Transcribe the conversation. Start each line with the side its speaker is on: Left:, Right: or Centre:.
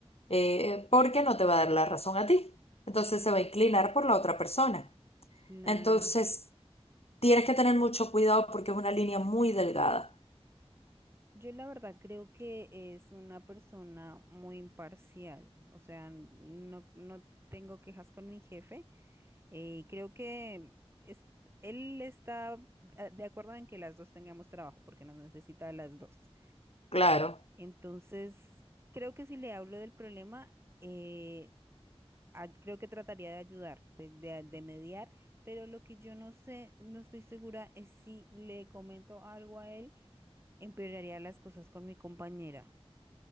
Left: eh, porque no te va a dar la razón a ti. Entonces se va a inclinar por la otra persona.
Right: Claro.
Left: Entonces, tienes que tener mucho cuidado porque es una línea muy delgada.
Right: Yo la verdad creo que es una persona muy imparcial, o sea, no, no tengo quejas con mi jefe eh, creo que es- él está a- de acuerdo en que las dos tengamos trabajo porque nos necesita a las dos.
Left: Claro.
Right: Entonces, creo que si le hablo del problema, eh, a- creo que trataría de ayudar, de, de de mediar, pero lo que yo no sé, no estoy segura es si le comento algo a él empeoraría las cosas con mi compañera.